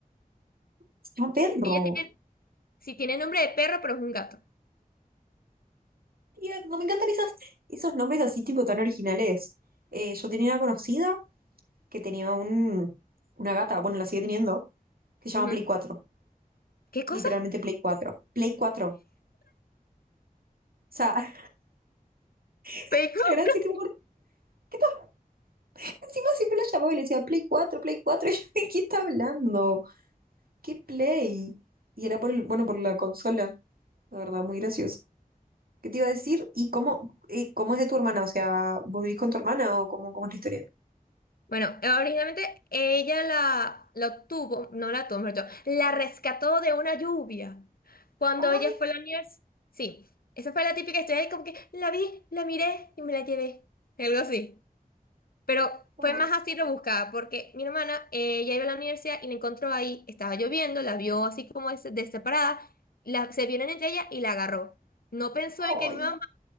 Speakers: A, on the right (about 80°); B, on the left (about 80°).
A: Se llama perro.
B: Ella tiene, sí tiene nombre de perro, pero es un gato.
A: Tierno, me encantan esas, esos nombres así tipo tan originales. Eh, yo tenía una conocida que tenía un, una gata, bueno, la sigue teniendo, que se llama
B: Ujú.
A: Play 4.
B: ¿Qué cosa?
A: Literalmente Play 4. Play 4. sea, <laughs>
B: Pecoso.
A: era así tipo, ¿qué por encima siempre la llamaba y le decía Play 4 Play cuatro <laughs> Y yo, ¿de qué está hablando? ¿Qué Play? Y era por el, bueno, por la consola, la verdad, muy gracioso. ¿Qué te iba a decir? ¿Y cómo, y cómo es de tu hermana? O sea, ¿vos vivís con tu hermana o cómo, cómo es la historia?
B: Bueno, eh, originalmente ella la, la obtuvo, no la obtuvo, mejor dicho, la rescató de una lluvia. Cuando
A: Ay,
B: ella fue a la universidad. Sí, esa fue la típica historia de como que la vi, la miré y me la llevé. Algo así. Pero
A: ay,
B: fue más así rebuscada, porque mi hermana, eh, ella iba a la universidad y la encontró ahí, estaba lloviendo, la vio así como des- deseparada, la, se vieron entre ella y la agarró. No pensó
A: ay.
B: en que mi mamá